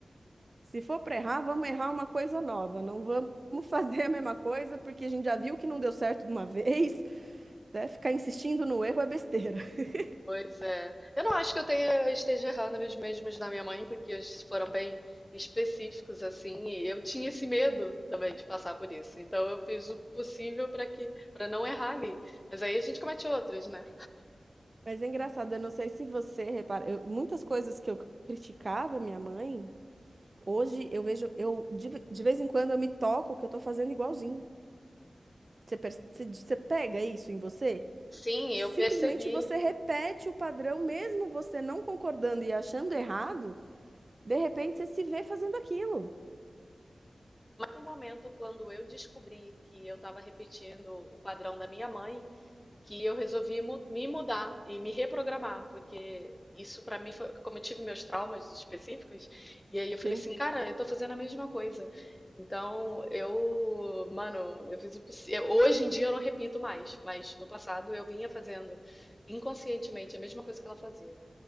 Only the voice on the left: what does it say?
Pois é. Eu não acho que eu tenha, eu esteja errando nos mesmos da minha mãe, porque eles foram bem específicos, assim, e eu tinha esse medo também de passar por isso. Então eu fiz o possível para que, para não errar ali. Mas aí a gente comete outros, né?
Sim, eu
percebi.
Mas no momento, quando eu descobri que eu estava repetindo o padrão da minha mãe, que eu resolvi mu- me mudar e me reprogramar, porque isso para mim foi como eu tive meus traumas específicos, e aí eu falei
assim, cara, eu tô fazendo a mesma coisa. Então, eu, mano, eu fiz o possível. Hoje em dia eu não repito mais, mas no passado eu vinha fazendo inconscientemente a mesma coisa que ela fazia.